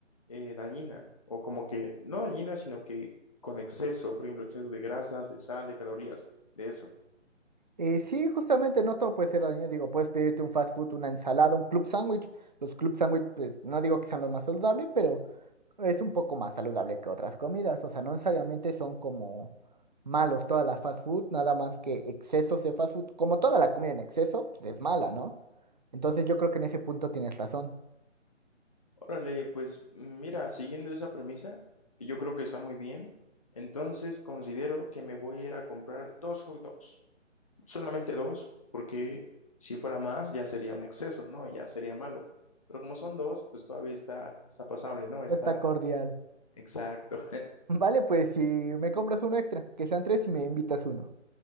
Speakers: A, on the left; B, on the right.
A: eh, dañina o como que no dañina, sino que con exceso, por ejemplo, exceso de grasas, de sal, de calorías, de eso.
B: Eh, sí, justamente no todo puede ser dañino. Digo, puedes pedirte un fast food, una ensalada, un club sándwich. Los club sándwich, pues no digo que sean los más saludables, pero es un poco más saludable que otras comidas. O sea, no necesariamente son como malos todas las fast food, nada más que excesos de fast food. Como toda la comida en exceso, pues es mala, ¿no? Entonces yo creo que en ese punto tienes razón.
A: Órale, pues mira, siguiendo esa premisa, que yo creo que está muy bien, entonces considero que me voy a ir a comprar dos hot dogs. Solamente dos, porque si fuera más ya sería un exceso, ¿no? Ya sería malo. Pero como son dos, pues todavía está, está pasable, ¿no? Está
B: Está cordial.
A: exacto.
B: Vale, pues si me compras uno extra, que sean tres y me invitas uno.